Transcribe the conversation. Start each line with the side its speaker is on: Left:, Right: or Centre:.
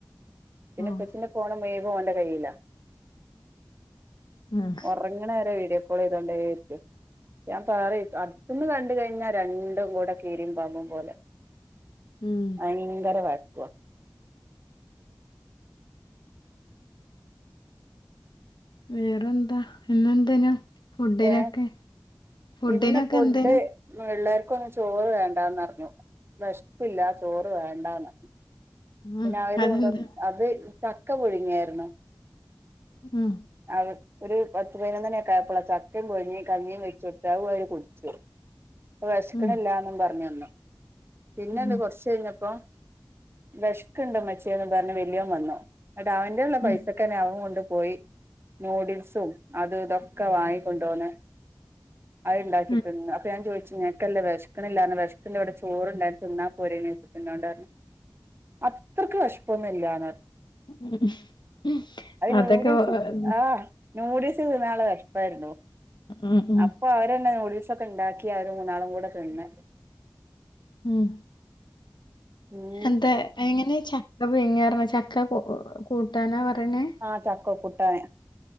Right: പിന്നെ
Left: ആഹ്
Right: ഇപ്പച്ചിന്റെ ഫോണും ബാഗും അവൻ്റെ കൈയ്യിലാ.
Left: ഉം
Right: എറങ്ങണ വരെ വീഡിയോ കോൾ ചെയ്തോണ്ടിരിക്കും. ഞാൻ പറയും. അടുത്ത്ന്ന് കണ്ട് കഴിഞ്ഞാ രണ്ടും കൂടെ കീരും പാമ്പും പോലെ.
Left: ഉം
Right: ഭയങ്കര വാശിയ
Left: വേറെ എന്താ, ഇന്ന് എന്തേനു ഫുഡിനൊക്കെ,
Right: ഏഹ്
Left: ഫുഡിനൊക്കെ
Right: ഇന്ന് ഫുഡ്
Left: എന്തേനു?
Right: പിള്ളേർക്കൊന്നും ചോറ് വേണ്ടാന്ന് പറഞ്ഞു. വെശപ്പില്ല ചോറ് വേണ്ടന്ന്.
Left: ഉം
Right: പിന്നെ അവര്
Left: അതെന്താ?
Right: അത് ചക്ക പുഴുങ്ങിയായിരുന്നു.
Left: ഉം
Right: ആ ഒരു പത്ത് പതിനൊന്നു മണിയൊക്കെ ആയപ്പോളാ ചക്കയും പുഴുങ്ങി കഞ്ഞിയും വെച്ച് കൊടുത്ത്. അത് അവര് കുടിച്ചു. ഇപ്പം വിശക്കണില്ലന്നും
Left: ഉം
Right: പറഞ്ഞ് വന്നു. പിന്നെണ്ട്
Left: ഉം
Right: കൊറച്ച് കഴിഞ്ഞപ്പോ വെശക്കുണ്ടുമ്മച്ചിയെന്ന് പറഞ്ഞ് വലിയവൻ വന്നു. എന്നിട്ട് അവന്റെലുള്ള പൈസക്കെന്നെ
Left: ഉം
Right: അവൻ കൊണ്ട് പോയി. നൂഡിൽസും അത് ഇതൊക്കെ വാങ്ങിക്കൊണ്ടു വന്നു. അത്ണ്ടാക്കി
Left: ഉം
Right: തിന്ന്. അപ്പൊ ഞാൻ ചോദിച്ചു നിനക്കല്ലേ വിശക്ക് ണില്ലാന്ന്. വിശക്കുന്നുണ്ടേൽ ഇവിടെ ചോറുണ്ടായി അത് തിന്നാ പോരെന്ന് ചോദിച്ചപ്പോൾ എന്നോട് പറഞ്ഞു. അത്രയ്ക്ക് വെശ പ്പൊന്നില്ലാന്ന്.
Left: ഉംഹ് അതൊക്കെ വെറു
Right: നൂഡിൽസ് ആഹ് നൂഡിൽസ് തിന്നാനുള്ള വിശപ്പായിരുന്നു.
Left: ഉം ഉം
Right: അപ്പൊ അവരന്നെ നൂഡിൽസ് ഒക്കെ ഉണ്ടാക്കി അവരു മൂന്നാളും കൂടെ തിന്ന്.
Left: ഉം.
Right: ഉം
Left: എന്താ എങ്ങനെ ച ക്ക പുഴുങ്ങ പറഞ്ഞത്, ചക്ക കൂട്ടാനാ പറയണേ.
Right: ആഹ് ചക്ക കൂട്ടാൻ.